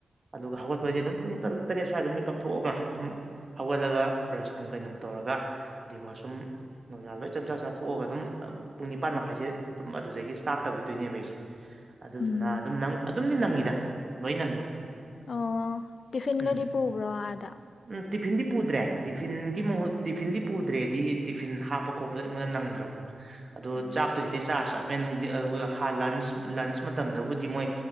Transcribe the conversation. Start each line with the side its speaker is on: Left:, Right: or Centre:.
Right: ꯑꯗꯨꯒ ꯍꯧꯒꯠꯄꯁꯦ ꯑꯗꯨꯝ ꯄꯨꯡ ꯇꯔꯨꯛ ꯇꯔꯦꯠ ꯁ꯭ꯋꯥꯏꯗ ꯃꯤꯀꯞ ꯊꯣꯛꯑꯒ ꯑꯗꯨꯝ ꯍꯧꯒꯠꯂꯒ ꯕ꯭ꯔꯁ ꯅꯨꯡ ꯀꯩꯅꯨꯡ ꯇꯧꯔꯒ ꯗꯤꯋꯥꯁ ꯔꯨꯝ ꯅꯨꯡꯖꯥ ꯂꯣꯏ ꯆꯪ ꯆꯥꯛ ꯆ ꯊꯣꯛꯑꯒ ꯑꯗꯨꯝ ꯄꯨꯡ ꯅꯤꯄꯥꯟ ꯃꯈꯥꯏꯁꯦ ꯑꯗꯨꯝ ꯑꯗꯨꯗꯒꯤ ꯏꯁꯇꯥꯔꯠ ꯇꯧꯈꯤꯗꯣꯏꯅꯦꯕ ꯑꯩꯁꯦ ꯑꯗꯨꯗꯨꯅ
Left: ꯎꯝ
Right: ꯑꯗꯨꯝ ꯅꯪ ꯑꯗꯨꯝꯗꯤ ꯅꯪꯉꯤꯗ ꯂꯣꯏ ꯅꯪꯉꯤꯗ
Left: ꯑꯣ ꯇꯤꯐꯤꯟꯒꯗꯤ
Right: ꯎꯝ
Left: ꯄꯨꯕ꯭ꯔꯣ ꯑꯥꯗ
Right: ꯎꯝ ꯇꯤꯐꯤꯟꯗꯤ ꯄꯨꯗ꯭ꯔꯦ ꯇꯤꯐꯤꯟꯒꯤ ꯃꯍꯨ ꯇꯤꯐꯤꯟꯗꯤ ꯄꯨꯗ꯭ꯔꯦꯗꯤ ꯇꯤꯐꯤꯟ ꯍꯥꯞꯄ ꯈꯣꯠꯄꯗ ꯑꯩꯉꯣꯟꯗ ꯅꯪ ꯗ꯭ꯔꯥꯕ ꯑꯗꯨꯗ
Left: ꯎꯝ
Right: ꯆꯥꯛꯇꯨ ꯁꯤꯗꯩ ꯆꯥꯔ ꯆꯥꯛꯃꯦꯟ ꯅꯨꯡꯗꯤ ꯑꯗꯨꯒ ꯂꯟꯁ ꯂꯟꯁ ꯃꯇꯝꯗꯕꯨꯗꯤ ꯃꯣꯏ